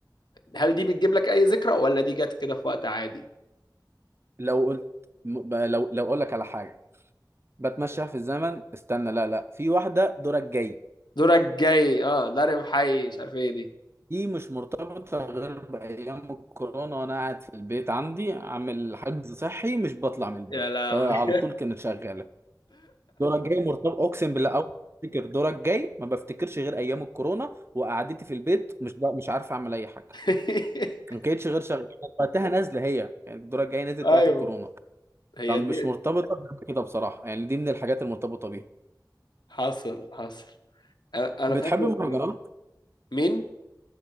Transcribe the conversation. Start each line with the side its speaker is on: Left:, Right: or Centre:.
Left: هل دي بتجيب لك أي ذكرى ولا دي جت كده في وقت عادي
Right: لو قلت م- ب- لو لو اقول لك على حاجه بتمشى في الزمن استنى لا لا في واحده دورك جاي
Left: دورك جاي اه ضارب حي مش عارف ايه دي
Right: دي مش مرتبطه غير بايام الكورونا وانا قاعد في البيت عندي عامل حجز صحي مش بطلع من البيت
Left: يا لهوي
Right: فعلى
Left: <laughs>
Right: طول كانت شغاله دورك جاي مرتبط اقسم بالله اول ما افتكر دورك جاي ما بفتكرش غير ايام الكورونا وقعدتي في البيت مش بقى مش عارف اعمل اي حاجه
Left: <laughs>
Right: ما كانتش غير شغاله كانت وقتها نازله هي كانت دورك جاي نزلت
Left: ايوه
Right: وقت الكورونا
Left: هي
Right: فمش
Left: دي
Right: مرتبطه غير كده بصراحه يعني دي من الحاجات المرتبطه بيها
Left: حصل حصل انا أنا
Right: بتحب
Left: فاكر
Right: المهرجانات
Left: إن- مين